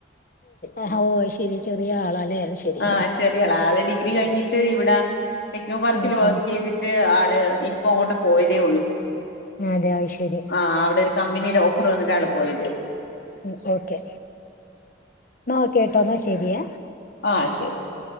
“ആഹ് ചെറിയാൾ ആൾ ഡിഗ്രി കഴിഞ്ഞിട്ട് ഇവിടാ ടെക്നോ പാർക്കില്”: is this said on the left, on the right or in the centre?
Left